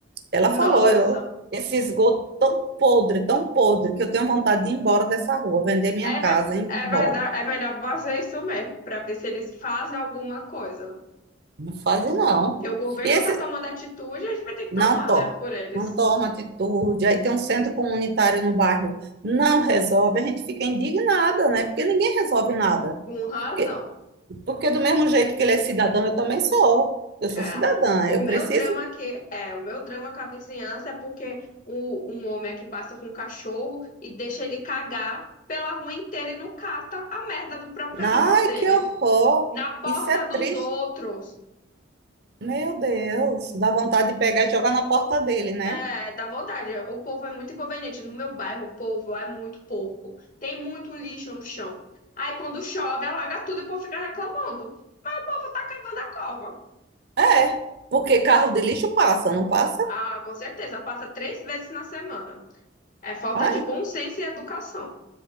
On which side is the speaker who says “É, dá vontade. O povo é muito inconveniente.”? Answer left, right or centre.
Left